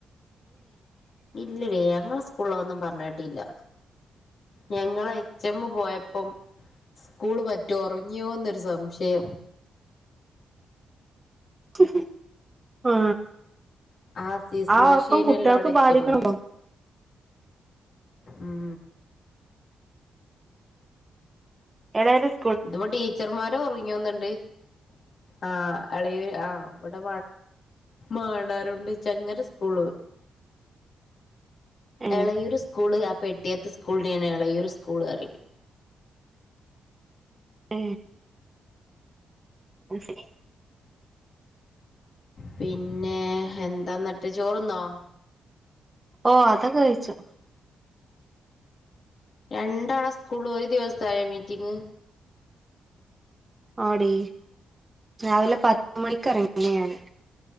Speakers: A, on the left; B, on the right.
A: ഇല്ലല്ലേ ഞങ്ങളെ സ്കൂളൊന്നും പറഞ്ഞ കേട്ടില്ല ഞങ്ങടെ എച്ച് മ്മ് പോയപ്പം സ്കൂള് പറ്റോ ഉറങ്ങിയോന്നൊരു സംശയം
B: <unintelligible> ആ
A: ആസീസ്
B: ആ
A: മാഷേനു
B: ഉറക്കം കുട്ടികൾക്ക്
A: അല്ലോ അവിടെ എച്ച്
B: ബാധിക്കണണ്ടോ
A: എം ഉം
B: എടായിരുന്നു
A: അതോ ടീച്ചർമാർ ഉറങ്ങിന്നണ്ട് ആ ഇള ആഹ് ഇവിടെ മാടാറുണ്ട് ചങ്ങര സ്കൂള്
B: ഏഹ്
A: എളയൂര് സ്കൂള് പെട്ടിയാത്ത സ്കൂളിനെയാണ് ഇളയൊരു സ്കൂള് അറിവ്
B: ആ അ ശരി
A: പിന്നെ എന്താന്നിട്ട് ചോറന്നോ
B: ഓ അതൊക്കെ കഴിച്ചോ
A: രണ്ടാണ സ്കൂള് ഒരു ദിവസായോ മീറ്റിങ്
B: ഓടി രാവിലെ പത്ത മണിിക്ക ഇറങ്ങണ ഞാന്